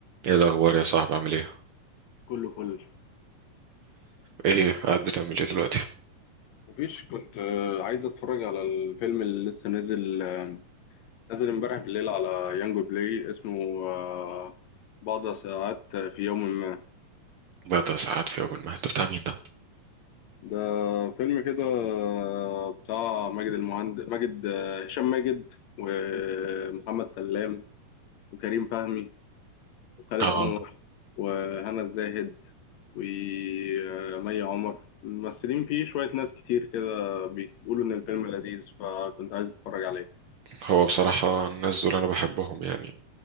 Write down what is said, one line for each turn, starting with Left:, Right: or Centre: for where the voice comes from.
Right: ايه الاخبار يا صاحبي عامل ايه
Left: كله فل
Right: ايه قاعد بتعمل ايه دلوقتي
Left: مفيش كنت آه، عايز اتفرج على الفيلم اللي لسه نازل آه، نازل امبارح بالليل على يانجو بلاي اسمه آه، بعض ساعات في يوم ما
Right: بقى ساعات في يوم ما انت بتاع مين ده
Left: ده فيلم كده آه، بتاع ماجد المهندس ماجد آه، هشام ماجد ومحمد سلام وكريم فهمي وخالد
Right: اه
Left: انور وهنا الزاهد ومي عمر ممثلين فيه شوية ناس كتير كده بيقولوا إن الفيلم لذيذ فكنت عايز أتفرج عليه
Right: هو بصراحة الناس دول انا بحبهم يعني